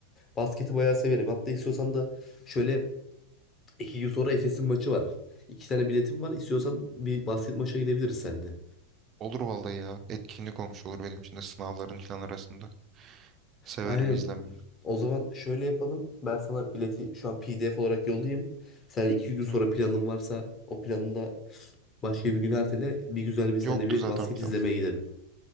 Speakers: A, on the left; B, on the right.
A: Basketi bayağı severim. Hatta istiyorsan da şöyle iki gün sonra Efes'in maçı var. İki tane biletim var. İstiyorsan bir basket maça gidebiliriz seninle.
B: Olur vallahi ya. Etkinlik olmuş olur benim için de sınavların falan arasında. Severim
A: Aynen.
B: izlemeyi.
A: O zaman şöyle yapalım. Ben sana bileti şu an PDF olarak yollayayım. Sen iki gün sonra
B: Hı.
A: planın varsa o planını da başka bir gün ertele. Bir güzel bir senle
B: Yoktu
A: bir
B: zaten
A: basket
B: plan.
A: izlemeye gidelim.